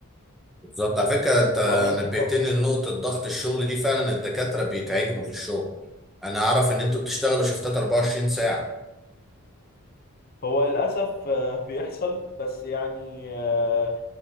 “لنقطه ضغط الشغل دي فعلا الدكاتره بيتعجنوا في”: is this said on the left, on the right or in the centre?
Centre